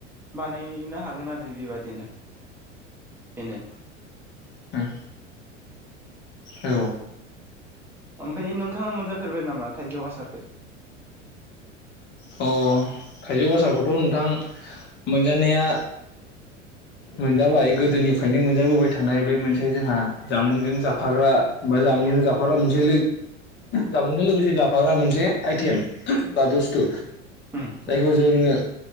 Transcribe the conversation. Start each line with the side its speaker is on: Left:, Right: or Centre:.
Centre: बानायनो हागोन आरो बेबादिनो। बिनो।
Left: उम औ
Centre: ओमफ्राय नोंथाङा मोनजाफेरबाय नामा थाइजौ हासारखौ?
Left: अ थाइजौ गासारखौथ' नोंथां मोनजानाया मोनजाबाय गोदोनिफ्रायनो मोनजाबोबाय थानाय बे मोनसे जोंहा जामुंजों जाफाग्रा बा जामुंजों जाफाग्रा मोनसे जामुंजों लोगोसे जाफाग्रा मोनसे आइटेम बा बुस्थु।
Centre: <inaudible>
Left: जायखौ जोङो